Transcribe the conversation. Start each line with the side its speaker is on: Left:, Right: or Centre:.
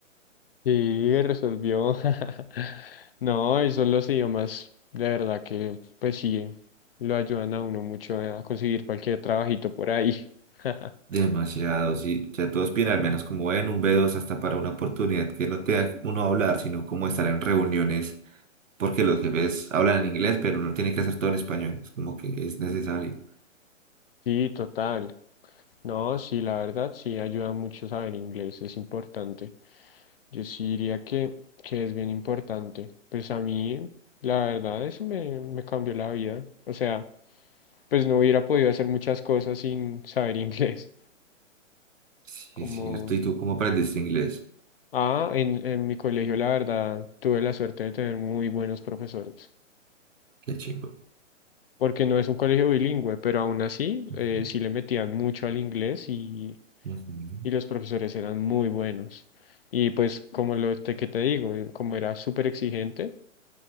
Left: Sí, resolvió. <laughs> No, y son los idiomas, de verdad que, pues sí, lo ayudan a uno mucho a conseguir cualquier trabajito por ahí. <laughs>
Right: Demasiado, sí. Ya todos piden al menos como en un b dos hasta para una oportunidad que no te da uno hablar, sino como estar en reuniones, porque los jefes hablan en inglés, pero uno tiene que hacer todo en español. Es como que es necesario.
Left: Sí, total. No, sí, la verdad, sí, ayuda mucho saber inglés, es importante. Yo sí diría que, que es bien importante. Pues a mí, la verdad, eso me, me cambió la vida. O sea, pues no hubiera podido hacer muchas cosas sin saber <laughs> inglés,
Right: Sí,
Left: como
Right: es cierto. ¿Y tú cómo aprendiste inglés?
Left: Ah, en, en mi colegio, la verdad, tuve la suerte de tener muy buenos profesores,
Right: Qué chingo.
Left: porque no es un colegio bilingüe, pero aún así
Right: Ujú,
Left: eh, sí le metían mucho al inglés y,
Right: ujú.
Left: y los profesores eran muy buenos. Y pues como lo te, que te digo, eh, como era súper exigente,